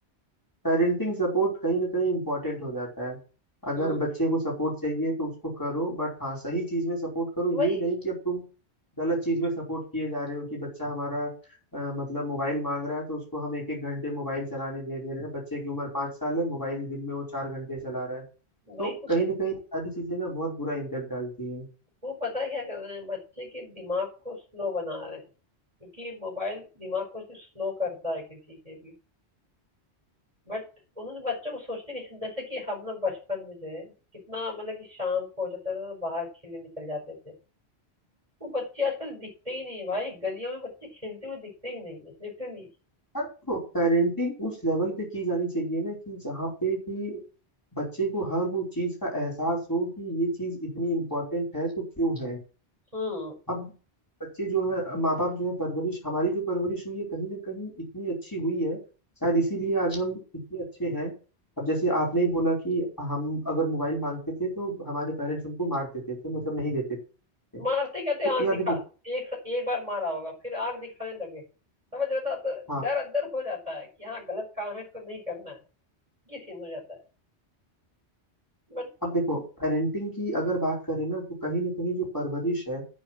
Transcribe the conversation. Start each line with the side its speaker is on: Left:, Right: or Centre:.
Left: पेरेंटिंग सपोर्ट कहीं ना कहीं इम्पोर्टेंट हो जाता है अगर
Right: हम्म
Left: बच्चे को सपोर्ट चाहिए तो उसको करो बट हाँ सही चीज में सपोर्ट करो
Right: तो भाई
Left: ये नहीं कि अब तुम गलत चीज में सपोर्ट किए जा रहे हो कि बच्चा हमारा अ, मतलब मोबाइल मांग रहा है तो उसको हम एक एक घंटे मोबाइल चलाने दे दे रहे हैं बच्चे की उम्र पाँच साल है मोबाइल दिन में वो चार घंटे चला रहा है
Right: वही
Left: तो
Right: तो गल-
Left: कहीं ना कहीं ये सारी चीजें ना बहुत बुरा इम्पैक्ट डालती हैं
Right: वो पता है क्या कर रहे हैं बच्चे के दिमाग को स्लो बना रहे हैं क्योंकि मोबाइल दिमाग को सिर्फ स्लो करता है किसी के भी बट उन्होंने बच्चों को सोचने की जैसे कि हम लोग बचपन में जो है कितना मतलब कि शाम को हो जाता था तो बाहर खेलने निकल जाते थे वो बच्चे आजकल दिखते ही नहीं है भाई गलियों में बच्चे खेलते हुए दिखते ही नहीं है लिटरली
Left: और देखो पेरेंटिंग उस लेवल पे की जानी चाहिए ना कि जहाँ पे कि बच्चे को हर वो चीज का एहसास हो कि ये चीज इतनी इम्पोर्टेंट है तो क्यों है
Right: हम्म
Left: अब हम्म। बच्चे जो है माँ बाप जो है परवरिश हमारी जो परवरिश हुई है कहीं ना कहीं इतनी अच्छी हुई है शायद इसीलिए आज हम इतने अच्छे हैं अब जैसे आपने ही बोला कि हम अगर मोबाइल मांगते थे तो हमारे पेरेंट्स हमको मार देते थे तो मतलब नहीं देते थे
Right: मारते कहते
Left: तो
Right: आंख
Left: यार
Right: दिखा
Left: देखो
Right: एक एक बार मारा होगा फिर आंख दिखाने लगे समझ रहे हो? तो
Left: हाँ
Right: डर अंदर हो जाता है कि हाँ गलत काम है इसको नहीं करना है ये सीन हो जाता है बट
Left: अब देखो पेरेंटिंग की अगर बात करें ना तो कहीं ना कहीं जो परवरिश है